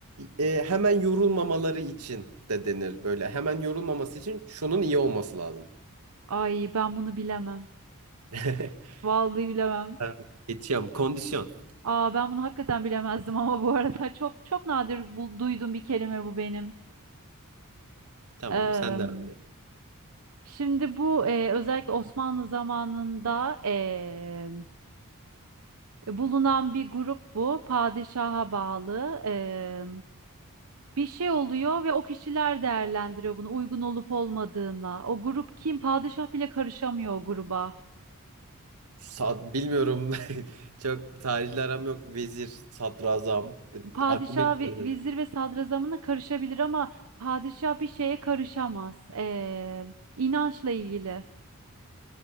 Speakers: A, on the right; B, on the right.
A: e, hemen yorulmamaları için de denir böyle. Hemen yorulmaması için şunun iyi olması lazım.
B: Ay ben bunu bilemem.
A: <laughs>
B: Vallahi bilemem.
A: Ben Geçiyorum. Kondisyon.
B: Aa ben bunu hakikaten bilemezdim ama bu arada <laughs> çok çok nadir bu, duyduğum bir kelime bu benim.
A: Tamam,
B: Eee,
A: sen de. abi.
B: şimdi bu e, özellikle Osmanlı zamanında e, bulunan bir grup bu. Padişaha bağlı. E, bir şey oluyor ve o kişiler değerlendiriyor bunu uygun olup olmadığına. O grup kim? Padişah bile karışamıyor o gruba.
A: Sa- bilmiyorum. <laughs> Çok tarihle aram yok. Vezir, sadrazam.
B: padişah,
A: Aklıma ilk
B: ve-
A: geldi.
B: vezir ve sadrazamına karışabilir ama padişah bir şeye karışamaz. Ee, inançla ilgili.